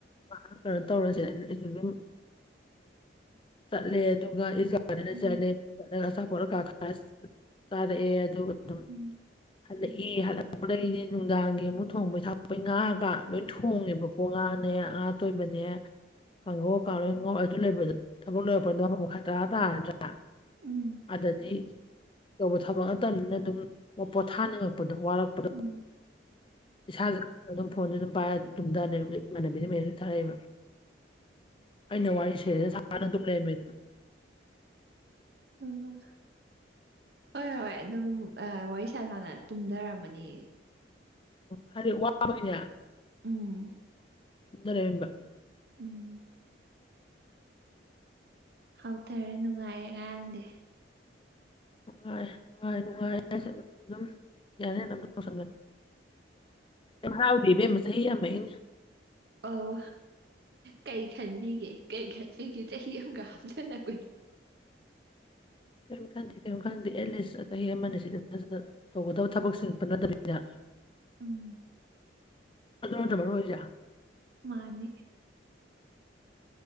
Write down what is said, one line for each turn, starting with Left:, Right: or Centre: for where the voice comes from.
Left: ꯃꯥ ꯀꯩꯅꯣ ꯇꯧꯔꯁꯦ ꯑꯗꯨꯝ ꯆꯠꯂꯦ ꯑꯗꯨꯒ ꯏꯁ ꯒꯥꯔꯗꯦꯟꯗ
Right: ꯎꯝ
Left: ꯆꯠꯂꯦ ꯆꯠꯂꯒ ꯑꯆꯥꯄꯣꯠ ꯑꯀꯥ ꯈꯔ ꯆꯥꯔꯛꯑꯦ ꯑꯗꯨꯒ ꯑꯗꯨꯝ
Right: ꯎꯝ
Left: ꯍꯜꯂꯛꯑꯦ ꯍꯜꯂꯛꯄꯗꯩꯗꯤ ꯅꯨꯡꯗꯥꯡꯒꯤ ꯑꯃꯨꯛ ꯊꯣꯡꯕꯩ ꯊꯥꯛꯄꯩ ꯉꯥꯒ ꯂꯣꯏ ꯊꯣꯡꯉꯦꯕꯀꯣ ꯉꯥꯅꯦ ꯉꯥ ꯑꯇꯣꯏꯕꯅꯦ ꯀꯥꯡꯍꯧ ꯀꯩꯀꯥ ꯂꯣꯏ ꯉꯧ ꯑꯗꯨ ꯂꯩꯕꯗꯣ ꯊꯕꯛ ꯂꯣꯔꯛꯄꯗ ꯃꯄꯟ ꯃꯈꯥꯏ ꯇꯔꯥ ꯇꯥꯔꯗ꯭ꯔꯥ
Right: ꯎꯝ
Left: ꯑꯗꯥꯗꯤ ꯇꯧꯕ ꯊꯕꯛ ꯅꯠꯇꯕꯅꯤꯅ ꯑꯗꯨꯝ ꯄꯣꯠ ꯊꯥꯅꯤꯡꯉꯛꯄꯗꯣ ꯋꯥꯔꯛꯄ
Right: ꯎꯝ
Left: ꯏꯁꯥꯥꯖꯦ ꯈꯪꯗꯅ ꯑꯗꯨꯝ ꯐꯣꯟꯖꯦ ꯑꯗꯨꯝ ꯄꯥꯏꯔꯒ ꯇꯨꯝꯗꯥ ꯂꯩꯔꯝꯃꯦ ꯏꯃꯥꯟꯅꯕꯤꯅ ꯃꯦꯁꯦꯁ ꯊꯥꯔꯛꯏꯕ ꯑꯩꯅ ꯋꯥꯔꯤ ꯁꯦꯔꯤꯌꯦꯁꯇ ꯁꯥꯔꯒ ꯅꯪ ꯇꯨꯝ ꯂꯩꯔꯝꯃꯦꯗꯣ
Right: ꯎꯝ ꯍꯣꯏ ꯍꯣꯏ ꯑꯗꯨꯝ ꯑꯋꯥꯔꯤ ꯁꯥ ꯁꯥꯅ ꯇꯨꯝꯗꯔꯝꯃꯅꯤꯌꯦ
Left: ꯑ ꯍꯥꯏꯗꯤ ꯋꯥꯕꯒꯤꯅꯦ
Right: ꯎꯝ
Left: ꯅ ꯔꯦꯕꯤꯝꯕ
Right: ꯎꯝ ꯍꯥꯎꯊꯔꯦ ꯅꯨꯡꯉꯥꯏꯔꯦ ꯉꯔꯥꯡꯗꯤ
Left: ꯅꯨꯡꯉꯥꯏ ꯅꯨꯡꯉꯥꯏ ꯅꯨꯡꯉꯥꯏꯔꯦ ꯑꯩꯁꯦ ꯑꯗꯨꯝ ꯌꯥꯅ ꯌꯥꯅ ꯇꯧꯁꯟꯒꯔꯦ ꯌꯥꯝ ꯍꯥꯎꯗꯤꯕꯦꯝꯃ ꯆꯍꯤ ꯌꯥꯝ ꯑꯩꯅ
Right: ꯑꯧ ꯀꯩ ꯈꯟꯕꯤꯒꯦ ꯀꯩ ꯈꯟꯕꯤꯒꯦ ꯆꯍꯤ ꯑꯃꯒ ꯍꯥꯞꯆꯟꯅꯛꯄꯗ
Left: ꯀꯔꯤꯝ ꯈꯟꯗꯦ ꯀꯔꯤꯝ ꯈꯟꯗꯦ ꯑꯦꯠꯂꯤꯁ ꯆꯍꯤ ꯑꯃꯅꯤ ꯁꯤꯗ ꯁꯤꯗ ꯘꯇꯧꯒꯗꯕ ꯊꯕꯛꯁꯤꯡ ꯄꯟꯅꯗꯕꯤꯗ
Right: ꯎꯝ
Left: ꯑꯗꯨ ꯅꯠꯇꯕꯣꯣꯏꯖꯥ
Right: ꯃꯥꯅꯤ